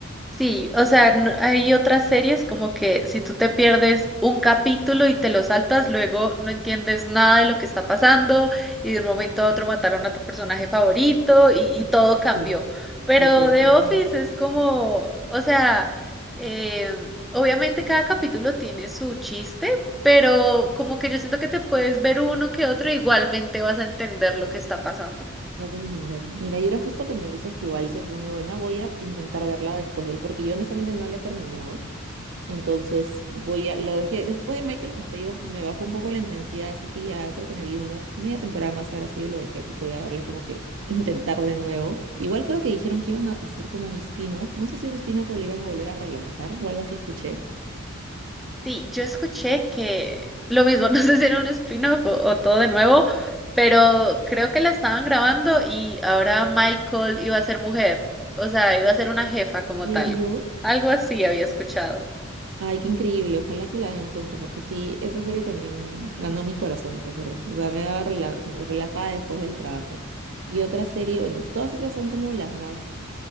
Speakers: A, in the centre; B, on the right.
A: Sí, o sea, no- hay otras series como que si tú te pierdes un capítulo y te lo saltas, luego no entiendes nada de lo que está pasando y de un momento a otro mataron a tu personaje favorito y, y todo cambió.
B: Sí.
A: Pero
B: Y todo
A: The
B: también.
A: Office es como, o sea, eh, obviamente cada capítulo tiene su chiste, pero como que yo siento que te puedes ver uno que otro, igualmente vas a entender lo que está pasando.
B: Me hace entender. Mira, y ahora justo que me dices que igual se pone buena, voy a intentar verla después de él, porque yo honestamente no la he terminado. Entonces, voy a, lo dejé, después de Michael, como te digo, me bajó un poco la intensidad, así que ya creo que me vi una media temporada más ahora sí y lo dejé, así que voy a darle como que <laughs> intentar de nuevo. Igual creo que dijeron que iban a hacer como un spin-off, no sé si un spin-off o lo iban a volver a relanzar o algo así escuché.
A: Sí, yo escuché que lo mismo, <laughs> no sé si era un spin-off o, o todo de nuevo, pero creo que la estaban grabando y ahora Michael iba a ser mujer, o sea, iba a ser una jefa como
B: ¿En
A: tal.
B: serio?
A: Algo así había escuchado.
B: Ay, qué increíble. Ojalá que la den pronto, porque sí, esa serie también ganó mi corazón, te juro. O sea, me daba rela- relajada después del trabajo. Y otra serie, bueno, todas esas son como las más